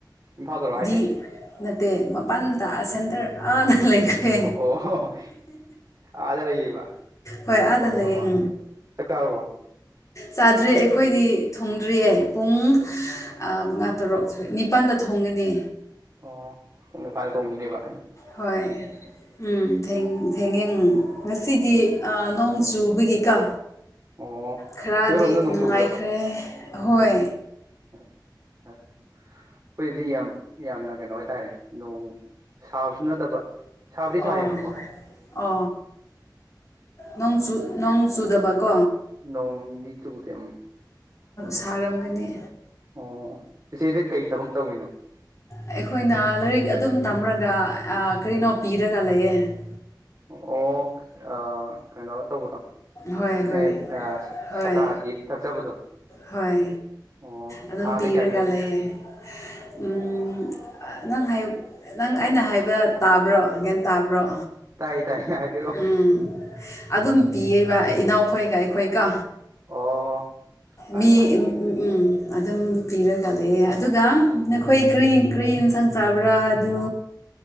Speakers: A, on the right; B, on the left.
A: ꯏꯝꯐꯥꯜꯗꯔꯣ ꯍꯥꯏꯁꯦ
B: ꯗꯤ ꯅꯠꯇꯦ ꯃꯄꯥꯟ ꯇꯥꯛꯑ ꯁꯦꯟꯇꯔ ꯑ ꯂꯩꯈꯔꯦ
A: ꯑꯣ ꯑꯥꯗ ꯂꯩꯌꯦꯕ
B: ꯍꯣꯏ ꯑꯥꯗ ꯂꯌꯦꯡ
A: ꯍꯣꯏ ꯍꯣꯏ ꯆꯥꯛ ꯆꯥꯔꯕꯣ
B: ꯆꯥꯗ꯭ꯔꯤ ꯑꯩꯈꯣꯏꯗꯤ ꯊꯣꯡꯗ꯭ꯔꯤꯌꯦ ꯄꯨꯡ
A: ꯎꯝ
B: ꯑ ꯃꯉꯥ ꯇꯔꯨꯛ ꯅꯤꯄꯟꯗ ꯊꯣꯡꯒꯅꯤ
A: ꯑꯣ ꯄꯨꯡ ꯅꯤꯄꯥꯥꯟꯗ ꯇꯣꯡꯗꯣꯏꯅꯦꯕ
B: ꯍꯣꯏ ꯎꯝꯦꯡ ꯊꯦꯡꯉꯡ ꯎꯝ ꯉꯁꯤꯗꯤ
A: ꯎꯝ
B: ꯅꯣꯡ ꯆꯨꯕꯒꯤꯀꯥ
A: ꯑꯣ
B: ꯈꯔꯗꯤ
A: ꯅꯣꯏꯔꯣꯝꯗ ꯅꯣꯡ
B: ꯅꯨꯡꯉꯥꯏꯈ꯭ꯔꯦ
A: ꯆꯨꯕ꯭ꯔꯕ
B: ꯑꯍꯣꯏ
A: ꯍ ꯑꯩꯈꯣꯏꯗꯤ ꯌꯥꯝ ꯌꯥꯝꯅ ꯀꯩꯅꯣ ꯍꯥꯏꯇꯥꯔꯦ ꯅꯣꯡ ꯁꯥꯕꯁꯨ ꯅꯠꯇꯕ ꯁꯥꯕꯗꯤ
B: ꯑ
A: ꯁꯥꯏꯌꯦꯕꯀꯣ
B: ꯑ ꯅꯣꯡ ꯁꯨꯗꯕ ꯀꯣ
A: ꯅꯣꯡ ꯆ ꯀꯇ ꯑꯃ
B: ꯁꯥꯔꯝꯒꯅꯤ
A: ꯑꯣ ꯏꯤꯆꯦꯁꯦ ꯀꯩ ꯊꯕꯛ ꯇꯧꯔꯤꯤꯅꯣ
B: ꯑꯩꯈꯣꯏꯅ ꯂꯥꯏꯔꯤꯛ ꯑꯗꯨꯝ ꯇꯝꯔꯒ ꯀꯩꯅꯣ ꯄꯤꯔꯒ ꯂꯩꯌꯦꯦ
A: ꯑꯣꯐ ꯑ ꯀꯩꯅꯣ ꯇꯧꯕꯗꯣ
B: ꯍꯣꯏ
A: ꯅꯦ
B: ꯍꯣꯏ
A: ꯑ
B: ꯍꯣꯏ
A: ꯁꯇ꯭ꯔꯥꯗꯒꯤ ꯇꯥꯛꯆꯕꯗꯣ
B: ꯍꯣꯏ
A: ꯑꯣ
B: ꯑꯗꯨꯝ
A: ꯊꯥꯗ
B: ꯄꯤꯔꯒ
A: ꯀꯌꯥ ꯄꯤꯔꯤꯅꯣ
B: ꯂꯩꯌꯦ ꯎꯝ ꯑ ꯅꯪ ꯍꯥꯏꯌꯨꯛ ꯅꯪ ꯑꯩꯅ ꯍꯥꯏꯕ ꯇꯥꯕ꯭ꯔꯣ ꯒꯌꯥꯟ ꯇꯥꯕ꯭ꯔꯣ
A: ꯇꯥꯏ ꯇꯥꯏ ꯍꯥꯏꯕꯤꯔꯛꯑꯣ
B: ꯎꯝ ꯑꯗꯨꯝ ꯄꯤꯌꯦꯕ ꯏꯅꯥꯎꯈꯣꯏꯒ ꯑꯩꯈꯣꯏꯒ
A: ꯑꯣ ꯐꯔꯦ
B: ꯃꯤ
A: ꯐꯔꯦ ꯐꯔꯦ
B: ꯎ ꯎ ꯎꯝ ꯑꯗꯨꯝ ꯄꯤꯔꯒ ꯂꯩꯑꯦ ꯑꯗꯨꯒ
A: ꯎꯝ
B: ꯅꯈꯣꯏ ꯀꯔꯤ ꯀ꯭ꯔꯤ ꯏꯟꯁꯥꯡ ꯆꯥꯕ꯭ꯔꯥ ꯑꯗꯨ